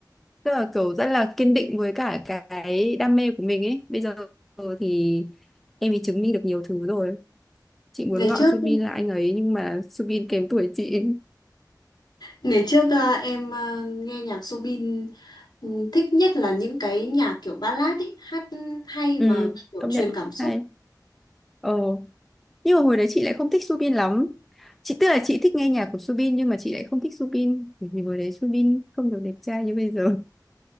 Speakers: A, in the centre; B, on the left.
A: tức là kiểu rất là kiên định với cả cái đam mê của mình ấy. Bây giờ thì em ấy chứng minh được nhiều thứ rồi. Chị muốn
B: Ngày
A: gọi
B: trước
A: Subin là anh ấy nhưng mà Subin kém tuổi chị
B: ngày trước ờ, em ờ, nghe nhạc Subin ừ, thích nhất là những cái nhạc kiểu ballad ấy, hát hay
A: Ừ,
B: mà kiểu
A: công
B: truyền
A: nhận
B: cảm xúc.
A: hay. Ờ, nhưng mà hồi đấy chị lại không thích Subin lắm. Chị tức là chị thích nghe nhạc của Subin nhưng mà chị lại không thích Subin bởi vì hồi đấy Subin không được đẹp trai như bây giờ. <laughs>